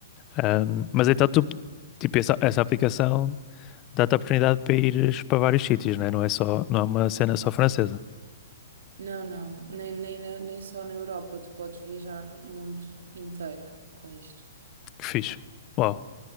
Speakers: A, on the left (about 30°); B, on the right (about 75°).
A: Ahm, mas então tu, tipo, essa, essa aplicação dá-te a oportunidade para ires para vários sítios, né? Não é só, não é uma cena só francesa.
B: Não, não, nem, nem, na- nem só na Europa, tu podes viajar o mundo inteiro com isto.
A: Que fixe. Uau.